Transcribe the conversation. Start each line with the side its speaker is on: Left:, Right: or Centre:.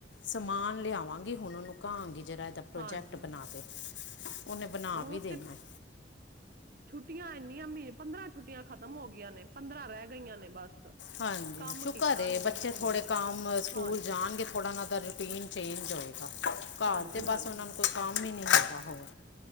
Left: ਸਮਾਨ ਲਿਆਵਾਂਗੀ ਹੁਣ ਉਹਨੂੰ ਕਾਂਗੀ ਜਿਹੜਾ ਇਹਦਾ ਪ੍ਰੋਜੈਕਟ
Right: ਹਾਂਜੀ
Left: ਬਣਾ ਤੇ ਉਹਨੇ ਬਨਾ
Right: ਉਹ
Left: ਵੀ ਦੇਣਾ
Right: ਤੇ
Left: ਹੈ।
Right: ਛੁੱਟੀਆਂ ਇੰਨੀਆਂ ਮਹੀਨੇ ਪੰਦਰਾਂ ਛੁੱਟੀਆਂ ਖਤਮ ਹੋ ਗਈਆਂ ਨੇ ਪੰਦਰਾਂ ਰਹਿ ਗਈਆਂ ਨੇ ਬਸ।
Left: ਹਾਂਜੀ
Right: ਕੰਮ
Left: ਸ਼ੁਕਰ
Right: ਕੀਤਾ
Left: ਏ
Right: ਨੀ
Left: ਬੱਚੇ
Right: ਬਿਲਕੁਲ
Left: ਥੋੜੇ
Right: ਵੀ
Left: ਕੰਮ ਸਕੂਲ
Right: ਹਾਂਜੀ
Left: ਜਾਣਗੇ ਥੋੜਾ ਦਾ ਰੂਟੀਨ ਚੇਂਜ ਘਰ
Right: ਹਾਂਜੀ
Left: ਤੇ
Right: ਹਾਂਜੀ
Left: ਬਸ ਉਹਨਾਂ ਨੂੰ ਕੋਈ ਕੰਮ ਹੀ ਨਹੀਂ ਹੁੰਦਾ ਹੋਰ।